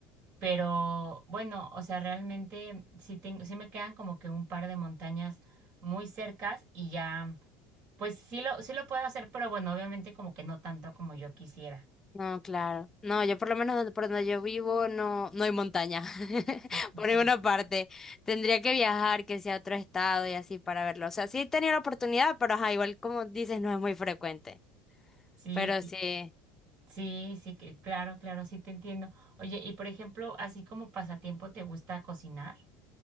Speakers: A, on the right; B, on the left.
A: pero bueno, o sea, realmente sí, tengo, sí me quedan como que un par de montañas muy cercas y ya. Pues sí lo, sí lo puedo hacer, pero bueno, obviamente como que no tanto como yo quisiera.
B: No, claro. No, yo por lo menos donde- por donde yo vivo no, no hay montaña. <laughs>
A: Ah, ok.
B: Por ninguna parte. Tendría que viajar, que sea a otro estado y así para verlo. O sea, sí he tenido la oportunidad, pero ajá, igual como dices, no es muy frecuente.
A: Sí,
B: Pero
A: cl-
B: sí.
A: sí, sí, que claro, claro, sí te entiendo. Oye, y por ejemplo, así como pasatiempo, ¿te gusta cocinar?